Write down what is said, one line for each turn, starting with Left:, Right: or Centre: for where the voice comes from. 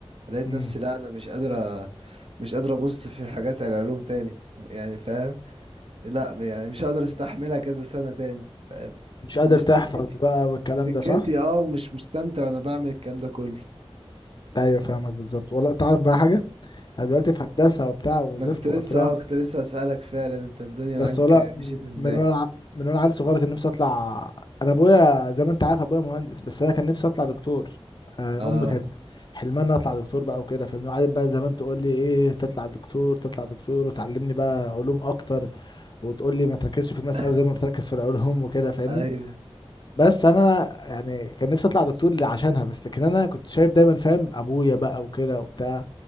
Right: لقيت
Left: امم
Right: نفسي لا انا مش قادرة مش قادر ابص في حاجات العلوم تاني يعني فاهم لا يعني مش هقدر استحملها كذا سنة تاني فاهم
Left: مش قادر
Right: مش
Left: تحفظ
Right: سكتي
Left: بقى والكلام
Right: مش سكتي
Left: ده صح؟
Right: اه ومش مستمتع وانا بعمل الكلام ده كله
Left: ايوه فاهمك بالظبط والله تعرف بقى حاجة انا دلوقتي في هندسة وبتاع وزفت
Right: انا كنت لسه
Left: وقطران
Right: اه كنت لسه اسالك فعلا انت الدنيا
Left: بس
Right: معاك
Left: ولا
Right: مشيت ازاي
Left: من وانا ع- من وانا عيل صغير كان نفسي اطلع انا ابويا زي ما انت عارف ابويا مهندس بس انا كان نفسي اطلع دكتور آه،
Right: اه
Left: امي كانت حلمها ان أنا اطلع دكتور بقى وكده فاهمني قعدت بقى زمان تقول لي ايه تطلع دكتور تطلع دكتور وتعلمني بقى علوم اكتر وتقول لي ما تركزش في الماس
Right: <laughs>
Left: قوي زي ما بتركز في العلوم وكده فاهمني
Right: ايوه
Left: بس انا يعني كان نفسي اطلع دكتور ل- عشانها بس لكن انا كنت شايف دايما فاهم ابويا بقى وكده وبتاع